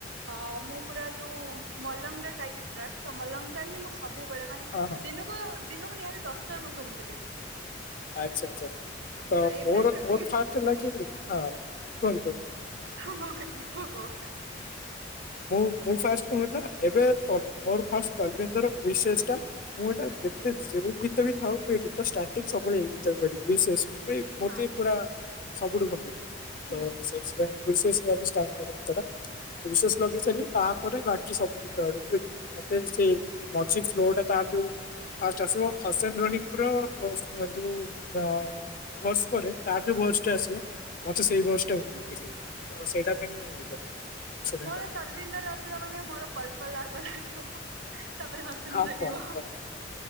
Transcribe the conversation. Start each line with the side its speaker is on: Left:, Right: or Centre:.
Right: ଆଉ ମୁଁ ପୁରା ଯୋଉ ମଲଙ୍ଗ୍ ର ଟାଇଟେଲ ଟ୍ରାକ ତ ମଲାଙ୍ଗ୍ ଟା ହିଁ ସବୁବେଳେ ମାନେ
Left: ହଁ ହଁ
Right: ଦିନକୁ ଦିନକୁ ନିହାତି ଦଶ ଥର ମୁଁ ଶୁଣୁଥିଲି।
Left: ଆଚ୍ଛା ଆଛା ତ
Right: ଏବେ
Left: ମୋର
Right: ସେମିତି
Left: ମୋର
Right: କିଛି
Left: ଫାଷ୍ଟ ଥିଲା କି ହଁ କୁହନ୍ତୁ।
Right: ହଁ ହଁ ହେଲି କୁହ।
Left: ମୁଁ ମୁଁ ଫାଷ୍ଟ କହେ ନା ଏବେ ତଲ ମୋର ଫାଷ୍ଟ ତଲବିନ୍ଦର ଉଇସେସ ଟା। ମୁଁ ଏଟା
Right: ହୁଁ
Left: ଯେତେ ଯୋଉ ଗୀତ ବି ଥାଉ ମୁଁ ଏଇ ଗୀତ ଷ୍ଟାର୍ଟିଙ୍ଗ ସବୁବେଳେ ଏଇ ଗୀତ କରିବି ବିଶେଷ ମୋତେ
Right: ହଁ
Left: ପୁରା ସବୁଠୁ ଭଲ ଲାଗେ
Right: ହୁଁ
Left: ତ ସେ ସେଇ ବିଶେଷ୍ କରି ଷ୍ଟାର୍ଟ କରେ ଗୀତ ଟା
Right: ହୁଁ
Left: ବିଶେଷ୍ ଲଗେଇ ସାରିବି ତା ପରେ ବାକି ସବୁ ଗୀତ ଆଡକୁ ଯିବି ମତେ ସେ ମଝି ଫ୍ଲୋ ଟା ତାର ଯୋଉ ଫାଷ୍ଟ ଆସିବ। ହସେନ ରହିମ
Right: ହୁଁ
Left: ବ୍ରୋ <unintelligible> ଯୋଉ। ତ ଭଏସ୍ ପରେ ତାର ଯଉ ଭଏସ୍ ଟା ଆସିବ ମତେ
Right: ହୁଁ
Left: ସେଇ ଭଏସ୍ ତ ଭଲ ଲାଗେ ସବୁ
Right: ହଁ
Left: ସେଇଟା ପାଇଁ ମୁଁ ଇଏ କରେ। ଶୁଣେ
Right: ମୋର
Left: ତାକୁ
Right: ତଲବିନ୍ଦର ଆସିଲା ମାନେ ମୋର ପଲ୍ ପଲ୍ ଆଗ ଲାଗିବ। ତାପରେ ହସିନ
Left: ହଁ
Right: ଲାଗିବ
Left: ପଲ୍ ପଲ୍